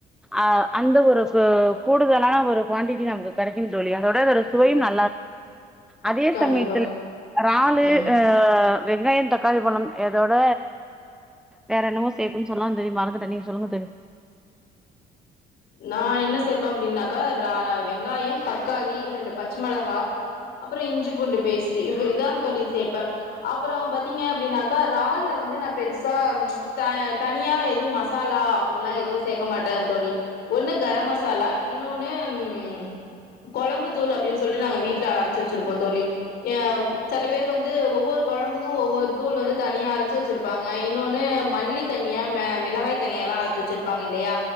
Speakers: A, in the centre; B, on the left (about 75°).
A: அ அந்த ஒரு ப கூடுதலான ஒரு குவாண்டிட்டி நமக்கு கெடைக்கும் தோழி அதோட அதோட சுவையும்
B: ம்
A: ந அதே
B: கண்டிப்பாக
A: சமயத்துல றாலு
B: ம்
A: அ வெங்காய தக்காளி பழம் எதோட வேற என்னமோ சேக்கணு சொல்லா திடீர்ன் மறந்துட்டே நீங்க சொல்லுங்க தோழி
B: நா என்ன சேப்பே அப்டின்னாக்கா ரா வெங்காயம் தக்காளி ரெண்டு பச்ச மிளகா அப்றோ இஞ்சி பூண்டு பேஸ்ட்டு இவ இதா தோழி சேப்பே அப்றோ பாத்தீங்க அப்டினாக்கா றால்ல வந்து நா பெருசா த தனியா எதுவு மசாலா அப்டின்ல்லா எது சேக்க மாட்டே தோழி ஒண்ணு கரம் மசாலா இன்னொன்னு ம் கொழம்பு தூள் அப்டி சொல்ட்டு நாங்க வீட்ல அரைச்சு வச்சிருப்போ தோழி அ செல பேர் வந்து ஒவ்வொரு கொழம்புக்கு ஒவ்வொரு தூள் வந்து தனியா அரச்சு வச்சிருப்பாங்க இன்னொன்னு மல்லி த் தனியா மெ மிளகாய் தனியாலா அரச்சு வச்சிருப்பாங்க இல்லயா